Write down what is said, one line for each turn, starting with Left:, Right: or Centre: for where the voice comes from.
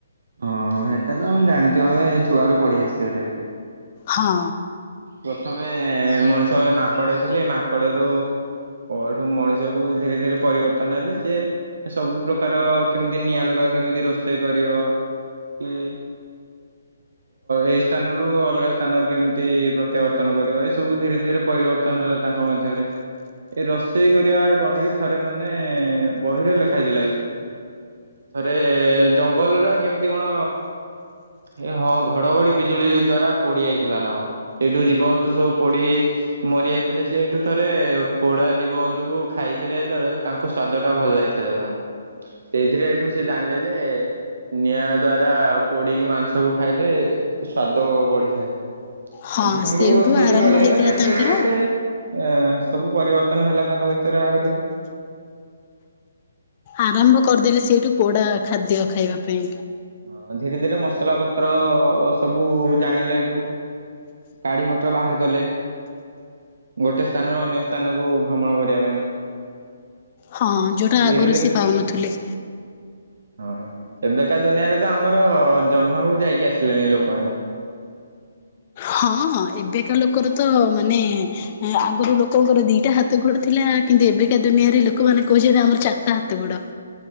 Right: ହଁ ହେଟା ତ ଆମେ ଜାଣିଛୁ ଆମେ ଛୁଆରୁ ପଢି ଆସିଛୁ ଏଟା ବି।
Left: ହଁ।
Right: ପ୍ରଥମେ ମଣିଷ ମାନେ ମାଙ୍କଡ ଥିଲେ ମାଙ୍କଡ ର ଏଠୁ ମଣିଷ କ ଧୀରେ ଧୀରେ ପରିବର୍ତ୍ତନ ହେଲେ ସେ ସବୁ ପ୍ରକାର କେମିତି ନିଆଁ ଲଗା କେମିତି ରୋଷେଇ। କରିବ କି ଏଇ ସ୍ଥାନରୁ ଅଲଗା ସ୍ଥାନକୁ କେମିତି ପ୍ରତ୍ୟାବର୍ତ୍ତନ କରିବ ଏ ସବୁ ଧୀରେ ଧୀରେ ପରିବର୍ତ୍ତନ ହେଲା ତାଙ୍କ ମଧ୍ୟରେ। ଏଇ ରୋଷେଇ କରିବା କଣ କି ଥରେ ମାନେ ବହିରେ ଲେଖା ହେଇଥିଲା କି ଥରେ ଜଙ୍ଗଲ ଟା କେମିତି କଣ? ଏ ହଁ ଘଡଘଡି ବିଜୁଳି ଦ୍ଵାରା ପୋଡି ଯାଇଥିଲା ନା କଣ ସେଇଠୁ ଜୀବନ୍ତୁ ସବୁ ପୋଡିଯାଇ ମରିଯାଇଥିଲେ ସେଠୁ ଥରେ ପୋଡା ଜୀବଜନ୍ତୁ କ ଖାଇଥିଲେ ଯେତେବେଳେ ତାଙ୍କ ସ୍ଵାଦ ଟା ଭଲ ଲାଗିଥିଲା ତାଙ୍କୁ ସେଇଥିରେ ଏଇଠୁ ସେ ଜାଣିଲେ ଯେ ନିଆଁ ଦ୍ଵାରା ପୋଡିକି ମାଂସକୁ ଖାଇଲେ ସ୍ଵାଦ ବଢିଥାଏ
Left: ହଁ
Right: ଏନ୍ତୁ ତାଙ୍କୁ ସେଇଠୁ
Left: ଆରମ୍ଭ
Right: ଭଲ ହେଇିବ
Left: ହେଇଥିଲା
Right: ଧୀରେ
Left: ତାଙ୍କର
Right: ଧୀରେ ସେ ଏ ସବୁ ପରିବର୍ତ୍ତନ ହେଲା ତାଙ୍କ ଭିତରେ ଆହୁରି।
Left: ଆରମ୍ଭ କରିଦେଲେ ସେଇଠୁ ପୋଡ଼ା ଖାଦ୍ୟ ଖାଇବା ପାଇଁ।
Right: ହଁ ଧୀରେ ଧୀରେ ମସଲା ପତ୍ର ସବୁ ଜାଣିଲେଠୁ ଗାଡ଼ି ମଟର ବାହାର କଲେ। ଗୋଟେ ସ୍ଥାନରୁ ଅନ୍ୟ ସ୍ଥାନକୁ ଭ୍ରମଣ କରିବା ପାଇଁ।
Left: ହଁ ଯୋଉଟା
Right: ଧୀରେ
Left: ଆଗରୁ ସିଏ ପାଉନଥିଲେ।
Right: ଓହୋ ଏବେକା ଦୁନିଆରେ ତ ଆମର ଜହ୍ନକୁ ଯାଇକି ଆସିଲେଣି ଲୋକମାନେ
Left: ହଁ ହଁ ଏବେକା ଲୋକର ତ ମାନେ ଆଗରୁ ଲୋକଙ୍କର ଦିଟା ହାତ ଗୋଡ଼। ଥିଲା କିନ୍ତୁ ଏବେକା ଦୁନିଆରେ ଲୋକମାନେ କହୁଛନ୍ତି ଆମର ଚାରଟା ହାତ ଗୋଡ।